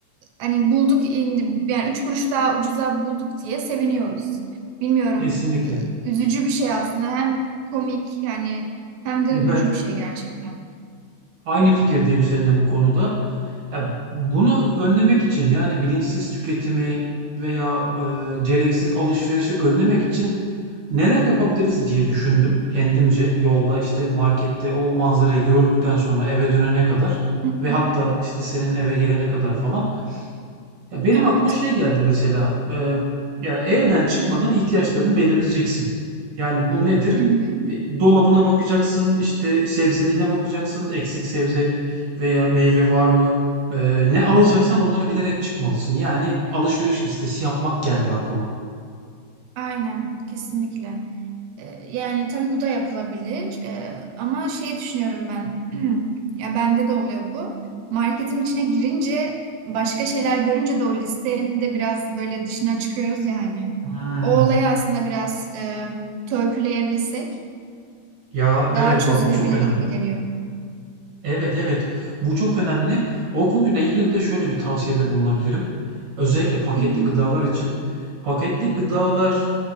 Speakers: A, on the right; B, on the right.
A: hani bulduk indi yani üç kuruş daha ucuza bulduk diye seviniyoruz. Bilmiyorum
B: Kesinlikle.
A: e, üzücü bir şey aslında hem komik yani hem de
B: Evet.
A: üzücü bir şey gerçekten.
B: Aynı fikirdeyim seninle bu konuda. Ya bunu önlemek için yani bilinçsiz tüketimi veya e, gereksiz alışverişi önlemek için neler yapabiliriz diye düşündüm kendimce. Yolda işte markette o manzarayı gördükten sonra eve dönene kadar
A: Hı
B: ve
A: hı.
B: hatta işte senin eve gelene kadar falan. Ya benim
A: Evet.
B: aklıma şey geldi mesela. e, ya evden çıkmadan ihtiyaçlarını belirleyeceksin. Yani bu nedir?
A: Hı hı.
B: E, Dolabına bakacaksın, işte sebzeliğine bakacaksın, eksik sebze veya meyve var mı? E, ne alacaksan onları bilerek çıkmalısın. Yani alışveriş listesi yapmak geldi aklıma.
A: Aynen, kesinlikle. Ee, yani tabii bu da yapılabilir. Ee, ama şey düşünüyorum ben. <clears throat> ya bende de oluyor bu. Marketin içine girince başka şeyler görünce de o listenin de biraz böyle dışına çıkıyoruz yani.
B: Hmm.
A: O olayı aslında biraz e, törpüleyebilsek
B: Ya evet
A: daha çözülebilir
B: bak bu çok önemli.
A: gibi geliyor.
B: Evet evet bu çok önemli. O konuyla ilgili de şöyle bir tavsiyede bulunabilirim. Özellikle paketli
A: Hı hı.
B: gıdalar için. Paketli gıdalar